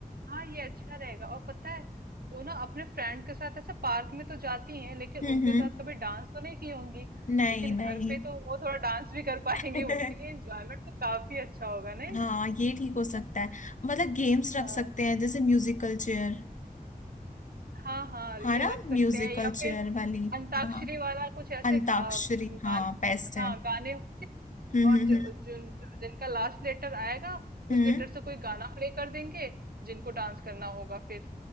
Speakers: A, on the right; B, on the left.
A: हाँ ये अच्छा रहेगा और पता है वो ना अपने फ्रेंड के साथ ऐसे पार्क में तो जाती हैं लेकिन
B: हम्म
A: उनके
B: हम्म
A: साथ कभी डांस तो नहीं की होंगी
B: नहीं
A: लेकिन
B: नहीं
A: घर पे तो वो थोड़ा डांस भी कर पाएंगे
B: <laughs>
A: उनके लिए एंजॉयमेंट तो काफी अच्छा होगा नहीं
B: हाँ ये ठीक हो सकता
A: <laughs>
B: है मतलब गेम्स रख
A: हाँ
B: सकते हैं जैसे म्यूजिकल चेयर
A: हाँ हाँ,
B: हाँ
A: ये
B: ना
A: रख सकते
B: म्यूजिकल
A: हैं या
B: चेयर
A: फिर
B: वाली
A: अंताक्षरी
B: हाँ
A: वाला कुछ ऐसे
B: अंताक्षरी
A: गा, गान,
B: हाँ बेस्ट है
A: हाँ गाने होंगे
B: हम्म
A: और
B: हम्म
A: जो,
B: हम्म
A: जिन जिनका लास्ट लेटर आएगा
B: हम्म,
A: उस लेटर से कोई गाना प्ले कर देंगे जिनको डांस करना होगा फिर